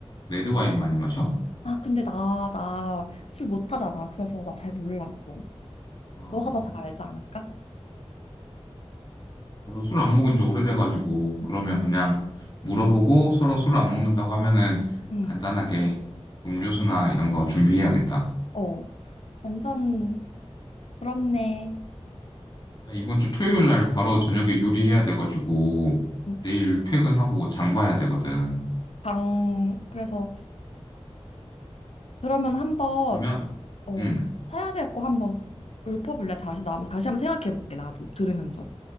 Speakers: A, on the left; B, on the left.
A: 레드 와인 많이 마셔?
B: 아, 근데 나, 나 술 못하잖아. 그래서 나 잘 몰라. 그건.
A: 아,
B: 너가 더 잘 알지 않을까?
A: 저도 술 안 먹은 지 오래돼가지고
B: 아,
A: 그러면
B: 진
A: 그냥 물어보고 서로 술 안 먹는다고 하면은
B: 응.
A: 간단하게 음료수나 이런 거 준비해야겠다.
B: 어, 완전 부럽네.
A: 이번 주 토요일 날 바로 저녁에 요리해야 돼가지고
B: 응.
A: 내일 퇴근하고 장 봐야 되거든.
B: 장, 그래서 그러면 한번
A: 그러면
B: 어
A: 음,
B: 사야 될 거 한번 읊어볼래? 다시 나 다시 한번 생각해 볼게 나도 들으면서.